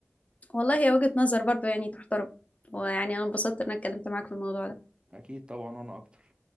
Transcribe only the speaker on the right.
اكيد طبعا وانا اكتر